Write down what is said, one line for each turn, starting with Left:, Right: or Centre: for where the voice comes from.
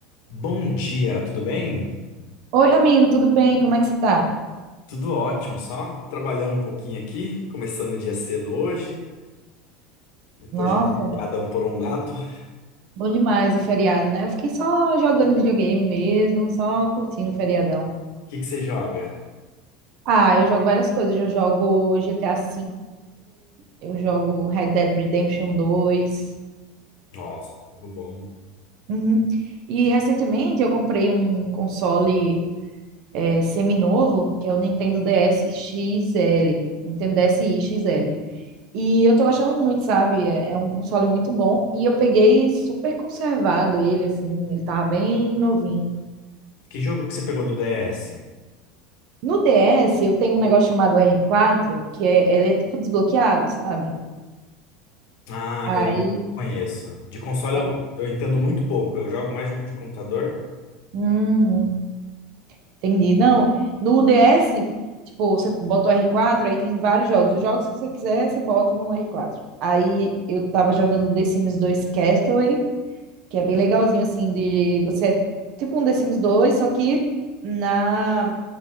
Left: Bom dia, tudo bem?
Right: Oi, amigo, tudo bem? Como é que você tá?
Left: Tudo ótimo, só trabalhando um pouquinho aqui, começando o dia cedo hoje, depois
Right: Nossa,
Left: de um feriadão prolongado. O
Right: bom demais o feriado, né? Eu fiquei só jogando videogame mesmo, só curtindo o feriadão.
Left: que que você joga?
Right: Ah, eu jogo várias coisas. Eu jogo GTA V, eu jogo Red Dead Redemption 2.
Left: Nossa, jogo bom.
Right: Uhum. E recentemente eu comprei um console é, semi-novo, que é o Nintendo DS XL. Nintendo DSi XL. E eu tô gostando muito, sabe? É, é um console muito bom. E eu peguei super conservado ele, assim. Ele tava bem novinho.
Left: Que jogo que você pegou do DS?
Right: No DS, eu tenho um negócio chamado R4, que é, ele é tipo desbloqueado, sabe?
Left: Ah,
Right: Aí.
Left: eu não conheço. De console eu,
Right: é-
Left: eu entendo muito pouco, eu jogo mais jogo de computador.
Right: Uhum, entendi. Não, no DS, tipo, você bota o R4, aí tem vários jogos. Os jogos que você quiser, você bota no R4. Aí eu tava jogando The Sims 2 Castaway, que é bem legalzinho, assim, de você. é Tipo um The Sims 2, só que na